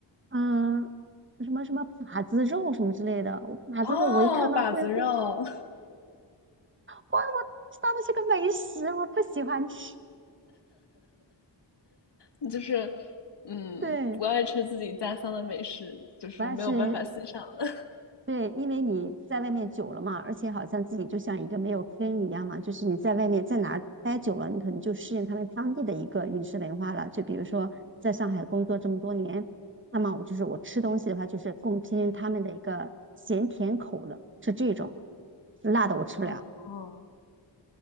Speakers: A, on the right (about 25°); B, on the left (about 65°).
A: 嗯，什么什么把子肉什么之类的。把子肉我一看到会乎，
B: 哦，把子肉，
A: 哇，我知道那是个美食，我不喜欢吃，
B: <laughs> 就是，嗯，
A: <laughs> 对，
B: 不爱吃自己家乡的美食，就是没有办法欣赏了。
A: 不爱吃，对，因为你在外面久了嘛，而且好像自己就像一个没有根一样嘛，就是你在外面在哪待久了，你可能就适应他们当地的一个饮食文化了。就比如说在上海工作这么多年，那么我就是我吃东西的话，就是更偏向他们的一个咸甜口了，是这种，辣的我吃不了。
B: 哦